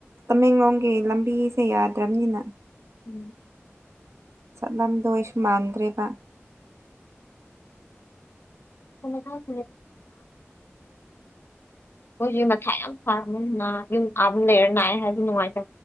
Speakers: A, on the right; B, on the left.
A: ꯇꯃꯦꯡꯂꯣꯡꯒꯤ ꯂꯝꯕꯤꯁꯦ ꯌꯥꯗ꯭ꯔꯝꯅꯤꯅ
B: ꯎꯝ
A: ꯆꯠꯂꯝꯗꯣꯏꯁꯨ ꯃꯥꯟꯗ꯭ꯔꯦꯕ
B: <unintelligible> ꯃꯣꯏꯖꯨ ꯃꯊꯥ ꯌꯥꯝ ꯁꯥꯔꯝꯃꯦ ꯅꯥ ꯌꯨꯝ ꯑꯥꯗ ꯂꯩꯔ ꯅꯥꯏꯑꯦ ꯍꯥꯏꯕꯗꯤ ꯅꯨꯡꯉꯥꯏꯇ